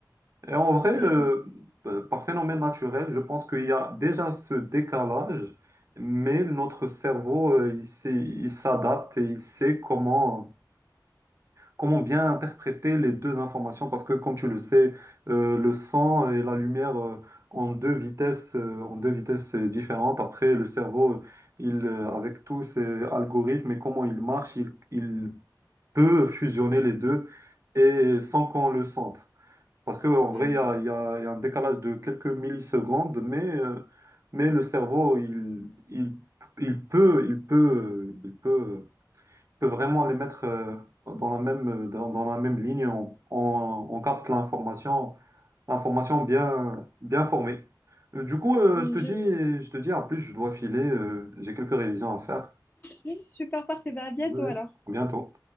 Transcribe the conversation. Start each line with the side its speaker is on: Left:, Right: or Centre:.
Right: Et en vrai,
Left: je,
Right: euh, p- par phénomène naturel, je pense qu'il y a déjà ce décalage, mais notre cerveau, euh, il sait- il s'adapte et il sait comment, comment bien interpréter les deux informations parce que, comme tu le sais, euh, le son et la lumière, euh, en deux vitesses, euh, en deux vitesses euh, différentes. Après, le cerveau, il, euh, avec tous ses algorithmes et comment il marche, il, il peut fusionner les deux et sans qu'on le sente. Parce qu'en
Left: Hmm.
Right: vrai, il y a, il y a- il y a un décalage de quelques millisecondes, mais, euh, mais le cerveau, il, il, il peut, il peut, il peut, il peut vraiment les mettre euh, dans la même, dans, dans la même ligne. On, on- on capte l'information, l'information bien, bien formée. Euh, Du coup, euh,
Left: je,
Right: je te dis, je te dis, en plus, je dois filer, euh, j'ai quelques révisions à faire.
Left: oui, super parfait. Bah, à bientôt
Right: Vas-y,
Left: alors.
Right: à bientôt.